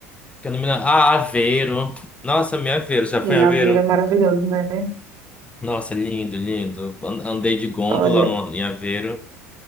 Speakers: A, on the left (about 15°); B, on the right (about 45°).
A: que eu não me lembro. Ah, Aveiro. Nossa, minha Aveiro, já foi
B: Sim,
A: em Aveiro?
B: a Aveiro é maravilhoso, né?
A: Nossa, lindo, lindo. An- Andei de gôndola
B: Olha,
A: no, em Aveiro.